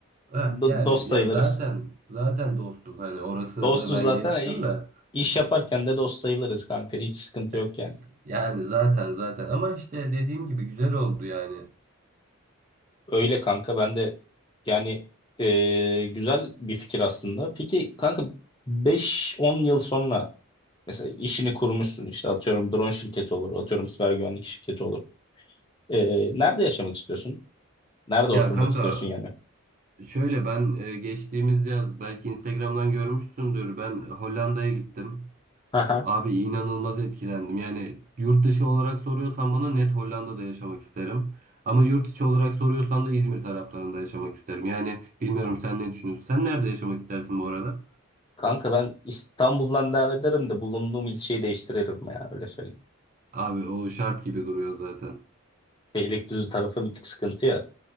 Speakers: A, on the right; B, on the left.
A: Heh,
B: Do-
A: yani
B: dost sayılırız.
A: ya zaten zaten dostuz hani orasını
B: Dostuz
A: ben
B: zaten
A: geçtim
B: e,
A: de
B: iş yaparken de dost sayılırız kanka. Hiç sıkıntı
A: E,
B: yok yani.
A: yani zaten zaten ama işte dediğim gibi güzel oldu yani.
B: Öyle kanka ben de yani e, güzel bir fikir aslında. Peki kanka beş on yıl sonra mesela işini kurmuşsun işte atıyorum drone şirketi olur, atıyorum siber güvenlik şirketi olur. E, nerede yaşamak istiyorsun? Nerede oturmak
A: Ya kanka
B: istiyorsun yani?
A: Şöyle ben e, geçtiğimiz yaz belki Instagram'dan görmüşsündür. Ben Hollanda'ya gittim.
B: Aha.
A: Abi inanılmaz etkilendim. Yani yurt dışı olarak soruyorsan bana net Hollanda'da yaşamak isterim. Ama yurt içi olarak soruyorsan da İzmir taraflarında yaşamak isterim. Yani bilmiyorum sen ne düşünüyorsun? Sen nerede yaşamak istersin bu arada?
B: Kanka ben İstanbul'dan devam ederim de bulunduğum ilçeyi değiştiririm ya öyle söyleyeyim.
A: Abi o şart gibi duruyor zaten.
B: Beylikdüzü tarafı bir tık sıkıntı ya.